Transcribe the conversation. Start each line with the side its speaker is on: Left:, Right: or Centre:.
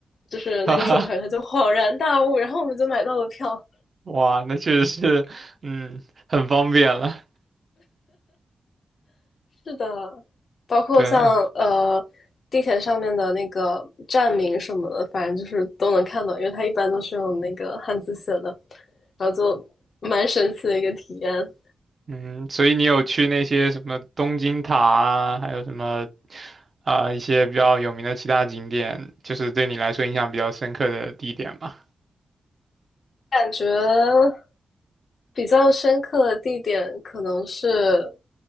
Left: 就是那个售票员他就恍然大悟，
Right: <laughs>
Left: 然后我们就买到了票。
Right: 哇，那确实是，嗯，很方便了。
Left: 是的，包括像呃地铁上面的那个站名什么的，
Right: 对，
Left: 反正就是都能看到，因为它一般都是用那个汉字写的，然后就蛮神奇的一个体验。
Right: 嗯，所以你有去那些什么东京塔啊，还有什么啊、一些比较有名的其他景点，就是对你来说印象比较深刻的地点吗？
Left: 感觉比较深刻的地点可能是